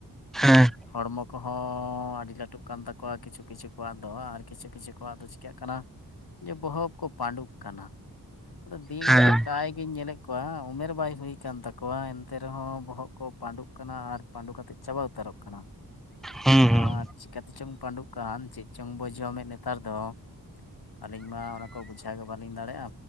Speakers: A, in the centre; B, on the left.
A: ᱦᱮᱸ
B: ᱦᱚᱲᱢᱚ ᱠᱚᱦᱚᱸ ᱟᱹᱰᱤ ᱞᱟᱹᱴᱩᱜ ᱠᱟᱱ ᱛᱟᱠᱚᱣᱟ ᱠᱤᱪᱷᱩ ᱠᱤᱪᱷᱩ ᱠᱚᱣᱟᱜ ᱫᱚ ᱟᱨ ᱠᱤᱪᱷᱩ ᱠᱤᱪᱷᱩ ᱠᱚᱣᱟᱜ ᱫᱚ ᱪᱤᱠᱟᱹᱜ ᱠᱟᱱᱟ, ᱤᱧᱟᱹᱜ ᱵᱚᱦᱚ ᱩᱵ ᱠᱚ ᱯᱟᱸᱰᱩᱜ ᱠᱟᱱᱟ ᱟᱫᱚ ᱫᱤᱱᱜᱮ
A: ᱦᱮᱸ
B: ᱯᱟᱨᱟᱭ ᱜᱤᱧ ᱧᱮᱞᱮᱫ ᱠᱚᱣᱟ ᱩᱢᱮᱨ ᱵᱟᱭ ᱦᱩᱭ ᱠᱟᱱ ᱛᱟᱠᱚᱣᱟ ᱮᱱᱛᱮ ᱨᱮᱦᱚᱸ ᱵᱚᱦᱚᱜ ᱠᱚ ᱯᱟᱸᱰᱩᱜ ᱠᱟᱱᱟ ᱟᱨ ᱯᱟᱸᱰᱩ ᱠᱟᱛᱮᱫ ᱪᱟᱵᱟ ᱩᱛᱟᱹᱨᱚᱜ ᱠᱟᱱᱟ᱾
A: ᱦᱩᱸ ᱦᱩᱸ
B: ᱟᱨ ᱪᱮᱠᱟ ᱛᱮᱪᱚᱝ ᱯᱟᱸᱰᱩᱜ ᱠᱟᱱ ᱪᱮᱫ ᱪᱚᱝ ᱵᱚ ᱡᱚᱢᱮᱫ ᱱᱮᱛᱟᱨ ᱫᱚ᱾ ᱟᱞᱤᱧ ᱢᱟ ᱚᱱᱟ ᱠᱚ ᱵᱩᱡᱷᱟᱣ ᱜᱮ ᱵᱟᱞᱤᱧ ᱫᱟᱲᱮᱜ-ᱟ,